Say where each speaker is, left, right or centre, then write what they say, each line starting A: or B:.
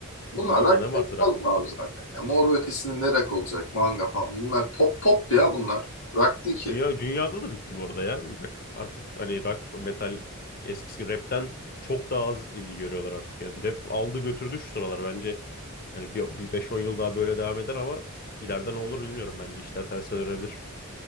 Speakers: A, on the left (about 65°); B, on the left (about 45°).
A: bunlar
B: Onun dışında
A: rock
B: ne vardı
A: sayılmaz
B: rock grupları?
A: mı abi zaten. Ya, Mor ve Ötesi'nin ne rock olacak? Manga falan. Bunlar pop pop ya bunlar. Rock değil ki.
B: Dünya, dünyada da bitti bu arada ya. Rock artık hani rock metal eskisi gibi rapten çok daha az ilgi görüyorlar artık. Yani rap aldı götürdü şu sıralar bence. Hani bir, bir 5-10 yıl daha böyle devam eder ama ileride ne olur bilmiyorum bence işler terse dönebilir.